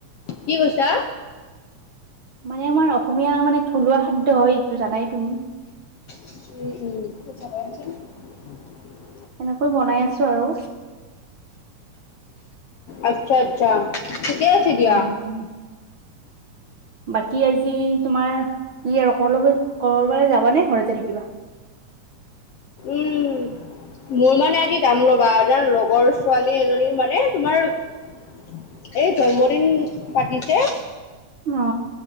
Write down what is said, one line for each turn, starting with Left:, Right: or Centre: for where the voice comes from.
Left: কি কৈছা?
Right: মানে আমাৰ অসমীয়া মানে, থলুৱা খাদ্য হয় এইটো জানাই তুমি।
Left: উম উম।
Right: এনেকৈ বনাই আছো আৰু।
Left: আচ্ছা, আচ্ছা। ঠিকে আছে দিয়া।
Right: উম বাকী আজি, তোমাৰ। কি আৰু কলৈ গ'ল। কবাৰফালে যাবা নে, ঘৰতে থাকিবা।
Left: উম' মোৰ মানে। বা এটাৰ লগৰ ছোৱালী এজনীৰ মানে তোমাৰ। <unintelligible> এই জন্মদিন পাতিছে।
Right: অ